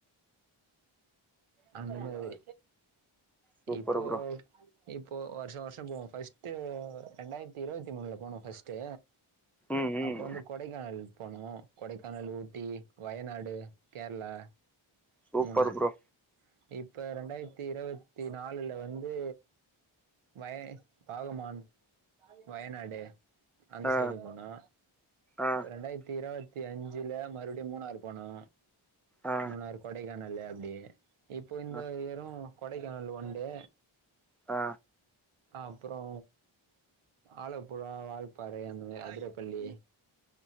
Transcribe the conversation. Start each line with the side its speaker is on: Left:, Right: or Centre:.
Centre: அப்டியா
Right: அந்த மாரி
Centre: சூப்பர்
Right: இப்போ
Centre: ப்ரோ
Right: இப்போ வருஷோ வருஷோ போவோ ஃபர்ஸ்ட்டு ரெண்டாயிரத்தி இருவத்தி மூணுல போனோ ஃபர்ஸ்ட்டு
Centre: ம் ம்
Right: அப்போ வந்து கொடைக்கானல் போனோ கொடைக்கானல் ஊட்டி வயநாடு கேரளா
Centre: சூப்பர்
Right: மூணார்
Centre: ப்ரோ
Right: இப்ப ரெண்டாயிரத்தி இருவத்தி நாள்ல வந்து வய வாகமான் வயநாடு அந்த
Centre: ஆ
Right: சைடு போனோ
Centre: ஆ
Right: ரெண்டாயிரத்தி இருவத் த்தி அஞ்சுல மறுபடி மூணாறு போனோ
Centre: ஆ
Right: மூணாறு கொடைக்கானலு அப்டியே இப்போ இந்த
Centre: ஆ
Right: இயரு கொடைக்கானலு ஒன் டே
Centre: ஆ
Right: அப்பறோ ஆலப்புழா வால்பாறை அந்த மாரி அதிரப்பள்ளி